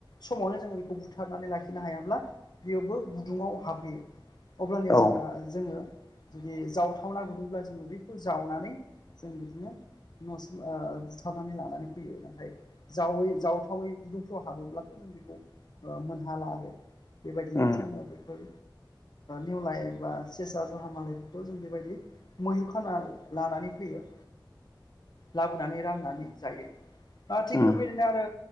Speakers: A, on the left; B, on the left.
A: समावनो जोङो बेखौ बुथारनानै लाखिनो हायाब्ला बेयावबो गुदुङाव हाबहैयो अब्लानिया
B: औ
A: जोंना जोङो जुदि जावथावना गुदुंब्ला जोङो बैखौ जावनानै जों बिदिनो न'सिम बुथारनानै लानानै फैयो नाथाय जावै जावथावै गुदुंफ्राव हाबोब्लाथ' जों बेखौ मोनहाला आरो बेबायदिनो
B: उम
A: जोङो बैफोर नेवलाय बा सेसा जहा मालायफोरखौ जों बेबायदि मैहुर खाना लानानै फैयो लाबोनानै राननानै जायो थिग
B: उम
A: बेबायदिनो आरो